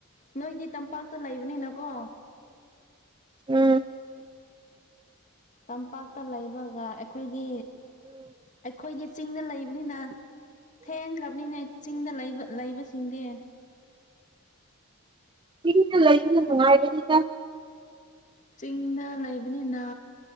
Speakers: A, on the left (about 35°); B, on the right (about 25°).
A: ꯅꯣꯏꯗꯤ ꯇꯝꯄꯥꯛꯇ ꯂꯩꯕꯅꯤꯅꯀꯣ
B: ꯎꯝ
A: ꯇꯝꯄꯥꯛꯇ ꯂꯩꯕꯒ ꯑꯩꯈꯣꯏꯒꯤ ꯑꯩꯈꯣꯏꯗꯤ ꯆꯤꯡꯗ ꯂꯩꯕꯅꯤꯅ ꯊꯦꯡꯈ꯭ꯔꯕꯅꯤꯅ ꯆꯤꯡꯗ ꯂꯩꯕ ꯂꯩꯕꯁꯤ ꯁꯤꯡꯗꯤ
B: ꯆꯤꯡꯗ ꯂꯩꯕꯅ ꯅꯨꯡꯉꯥꯢꯕꯅꯤꯗ
A: ꯆꯤꯡꯗ ꯂꯩꯕꯅꯤꯅ